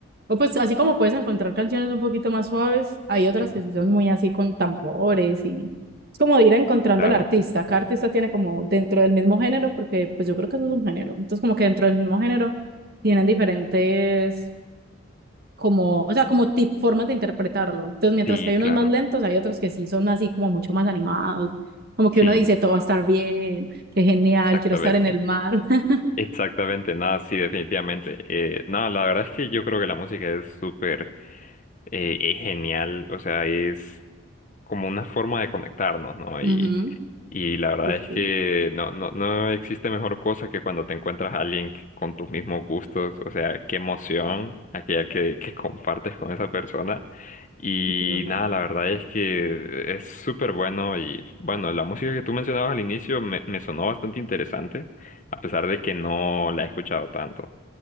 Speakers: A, on the right (about 50°); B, on the left (about 40°).
A: o pues así como puedes encontrar canciones un poquito más suaves, hay otras
B: Sí,
A: que sí son muy así con tambores y es como de ir encontrando
B: claro,
A: al artista. Cada artista tiene como dentro del mismo género porque pues yo creo que eso es un género. Entonces como que dentro del mismo género tienen diferentes como, o sea, como tip, formas de interpretarlo. Entonces, mientras
B: sí,
A: que hay unos
B: claro,
A: más lentos, hay otros que sí son así como mucho más animados, como que
B: sí,
A: uno dice, todo va a estar bien, qué genial,
B: exactamente,
A: quiero estar en el mar. <laughs>
B: exactamente, nada, sí, definitivamente. Eh, nada, la verdad es que yo creo que la música es súper... eh, es genial, o sea, es como una forma de conectarnos, ¿no?
A: Ujú,
B: Y, y la verdad
A: Sí,
B: es
A: sí,
B: que no, no, no existe mejor cosa que cuando te encuentras a alguien que- con tus mismos gustos, o sea, qué emoción aquella que, que compartes con esa persona. Y
A: es verdad.
B: nada, la verdad es que es súper bueno y bueno, la música que tú mencionabas al inicio me, me sonó bastante interesante, a pesar de que no la he escuchado tanto.